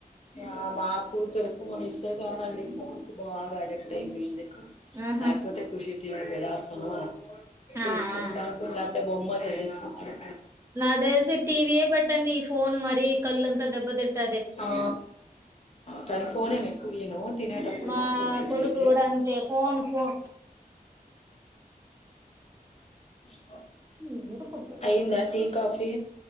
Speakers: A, on the left; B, on the right.
A: ఆ మా కూతురు ఫోన్ ఇస్ ో చనండి ఫోన్ కీ బాగా అడిక్ట్ అయిపోయింది
B: ఆహా.
A: లేకపోతే కుుషీ చి తడాస్తాన్నా
B: ఆ,
A: చూసుకుంటా
B: ఆ.
A: ఉంటుంది లేక్ బొమ్మల్ తో చేసినప్పుడు
B: నాక్ తెలిసి టీవీయే పెట్టండి ఈ ఫోన్ మరీ కళ్ళు ఎంత దెబ్బ తింటయి
A: ఆ కాని ఫోన్ ఏమి ఎక్కవ ఈయనూ తినేటప్పుడు
B: మా
A: మాత్రమే ఇచ్చేది
B: కొడుకు కూడా అంతే ఫోన్ ఫోన్ <unintelligible>
A: ఆ అయిందా టీ కాఫీ